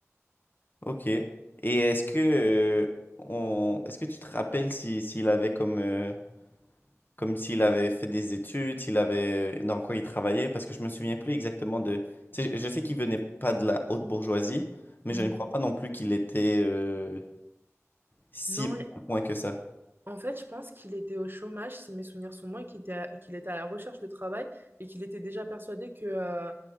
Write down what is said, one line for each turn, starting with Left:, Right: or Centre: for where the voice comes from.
Left: ok. Et est-ce que, euh, on, est-ce que tu te rappelles si, s'il avait comme euh, comme s'il avait fait des études, s'il avait dans quoi il travaillait, parce que je me souviens plus exactement de. Tu sais, je je sais qu'il venait pas de la haute bourgeoisie, mais
Right: Hmm.
Left: je ne crois pas non plus qu'il était euh, si
Right: Non,
Left: mal à point que ça.
Right: En fait, je pense qu'il était au chômage, si mes souvenirs sont bons, et qu'il était à, et qu'il était à la recherche de travail et qu'il était déjà persuadé que, euh,